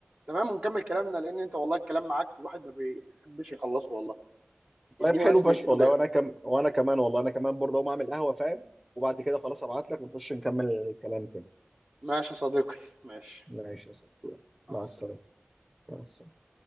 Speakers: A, on the right; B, in the centre.
A: تمام ونكمل كلامنا لان انت والله الكلام معاك الواحد ما بيحبش يخلصه والله
B: طيب
A: اديني
B: حلو
A: بس
B: فشخ
A: دقيقتين
B: والله
A: وجاي
B: وانا
A: لك
B: كم وانا كمان والله انا كمان برضه اقوم اعمل قهوه فاهم وبعد كده خلاص ابعت لك ونخش نكمل الكلام تاني
A: ماشي يا صديقي ماشي
B: ماشي يا صاحبي
A: مع
B: مع
A: السلامه
B: السلامه مع السلامه